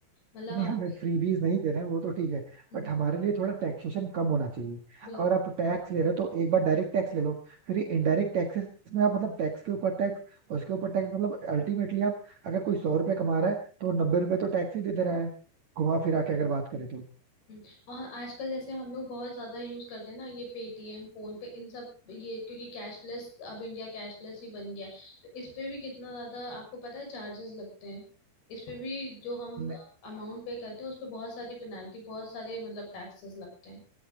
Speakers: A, on the left (about 60°); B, on the right (about 55°).
A: मतलब
B: नहीं
A: हम
B: हमें
A: लोग
B: फ्रीबीज नहीं दे रहे हैं वो तो ठीक है
A: हम्म,
B: बट हमारे लिए थोड़ा टैक्सेशन कम होना चाहिए
A: बिल्कुल
B: अगर आप टैक्स ले रहे हो तो एक बार डायरेक्ट टैक्स ले लो फिर ये इनडायरेक्ट टैक्सेस में आप मतलब टैक्स के ऊपर टैक्स उसके ऊपर टैक्स मतलब अल्टीमेटली आप अगर कोई सौ रुपए कमा रहा है तो नब्बे रुपए तो टैक्स ही दे दे रहा है घुमा फिरा के अगर बात करें तो
A: हम्म, और आजकल जैसे हम लोग बहुत ज्यादा यूज करते हैं ना ये पेटीएम फोन पे इन सब ये क्योंकि कैशलेस अब इंडिया कैशलेस ही बन गया है तो इस पे भी कितना ज्यादा आपको पता है चार्जेस लगते हैं इस पे भी जो हम
B: नहीं,
A: अमाउंट पे करते हैं उस पे बहुत सारी पेनाल्टी बहुत सारे मतलब टैक्सेस लगते हैं